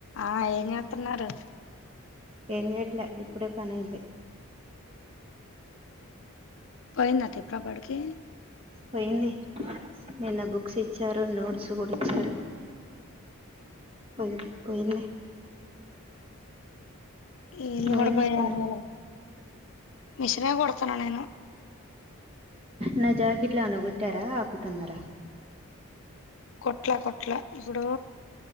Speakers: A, on the left; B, on the right.
A: ఆ ఏం చేతున్నారు
B: ఏం చేయట్లే ఇప్పుడే పని అయింది.
A: పోయిందా త్రిపుర బడికి
B: పోయింది నిన్న బుక్స్ ఇచ్చారు. నోట్స్ కూడా ఇచ్చారు. పోల్ పోయింది
A: వీళ్లు
B: నువ్వేం
A: కూడా పోయి
B: చేత్తన్నావ్
A: ఆరు రోజులైంది. మెషినే కుడుతున్న నేను.
B: నా జాకెట్ల ఏమన్నా కుట్టారా. ఆపుతున్నారా.
A: కుట్లే కుట్లే. ఇప్పుడు